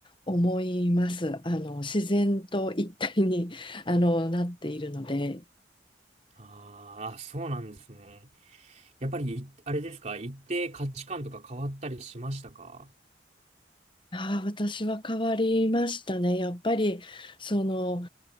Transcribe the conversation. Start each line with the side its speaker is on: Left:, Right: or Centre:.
Left: 思います。あの、自然と一体に、<laughs> あの、なっているので。
Right: あーあ、そうなんですね。やっぱりい、あれですか。行って価値観とか変わったりしましたか
Left: ああ、私は変わりましたね。やっぱり、その、